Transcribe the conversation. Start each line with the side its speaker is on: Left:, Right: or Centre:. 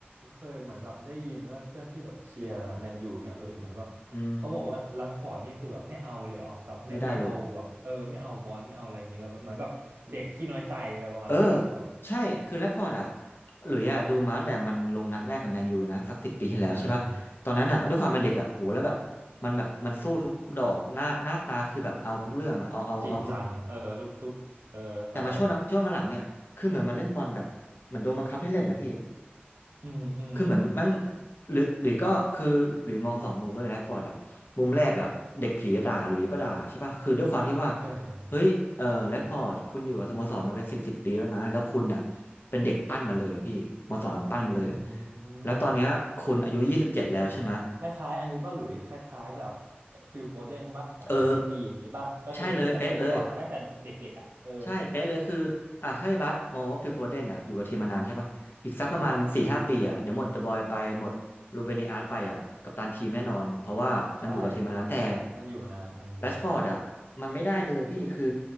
Right: เคยเหมือนแบบได้ยินว่าเพื่อนที่แบบเชียร์แมนยูเงี้ยหรือเหมือนแบบเขาบอกว่ารัชฟอร์ดนี่คือแบบไม่เอาเลยเหรอแบบไม่ไม่เอาแบบเออไม่เอาบอลไม่เอาอะไรอย่างเงี้ยเลยเหมือนแบบเด็กขี้น้อยใจอะไรประมาณนี้ป่ะแบบ
Left: อืมไม่ได้เลยเออใช่คือแรชฟอร์ดอ่ะหลุยอ่ะดูมาตั้งแต่มันลงนัดแรกกับแมนยูนะสักสิบปีที่แล้วใช่ป่ะตอนนั้นอ่ะด้วยความเป็นเด็กอ่ะโหแล้วแบบ
Right: เออ
Left: มันแบบมันสู้ทุกดอกหน้าหน้าตาคือแบบเอาทุกเรื่องอ่ะเอาเอาเอาทุก
Right: จริงจังเออทุกทุกเออเข้าใจ
Left: แต่มาช่วงหลังช่วงหลังๆเนี่ยคือเหมือนมันเล่นบอลแบบเหมือนโดนบังคับให้เล่นนะพี่
Right: อืมอืม
Left: คือเหมือนมั่งหรือหรือก็คือหรือมองสองมุมด้วยแรชฟอร์ดอะมุมแรกอะเด็กผีอะด่าหลุยส์ก็ด่าใช่ป่ะคือด้วยความที่ว่า
Right: เออ
Left: เฮ้ยเออแรชฟอร์ดคุณอยู่กับสโมสรมาเป็นสิบสิบปีแล้วนะแล้วคุณอะเป็นเด็กปั้นมาเลยอะพี่สโมสรปั้นมาเลยอะ
Right: อืม
Left: แล้วตอนเนี้ยคุณอายุยี่สิบเจ็ดแล้วใช่ไหมย
Right: คล้ายๆอันนี้ป่ะหลุย คล้ายๆแบบฟิลโฟเดนป่ะของแมนซิตี้อย่างนี้ป่ะ
Left: เออ
Right: ก็คือเล่นกับสโมสรมาตั้งแต่เด็กๆอ่ะเออ
Left: ใช่เลยเป๊ะเลย ใช่เป๊ะเลยคืออ่ะถ้าพี่บัสมองว่าฟิลโฟเดนอ่ะอยู่กับทีมมานานใช่ป่ะอีกสักประมาณสี่ห้าปีอ่ะเดี๋ยวหมดเดอะบอยไปหมดรูเบน
Right: เออ
Left: i อาร์ตไปอ่ะกัปตันทีมแน่นอนเพราะว่ามันอยู่กับทีมมานานแต่
Right: ใช่มันอยู่มานานอืม
Left: แรชฟอร์ดอ่ะมันไม่ได้เลยพี่คือ